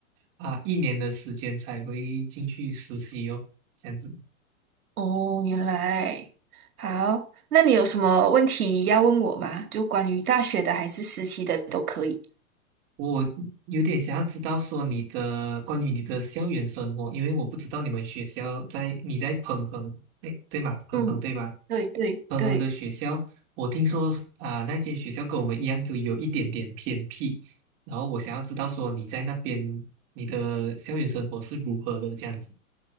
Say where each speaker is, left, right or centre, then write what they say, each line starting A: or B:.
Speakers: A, on the right; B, on the right.
A: 啊一年的时间才会进去实习哦，这样子。
B: 哦，原来好，那你有什么问题要问我吗？就关于大学的还是实习的都可以。
A: 我有点想要知道说你的关于你的校园生活，因为我不知道你们学校在你在彭恒哎，对吗？彭恒对吧？
B: 嗯，对对对。
A: 彭恒的学校，我听说啊、那间学校跟我们一样，就有一点点偏僻。然后我想要知道说你在那边你的校园生活是如何的这样子。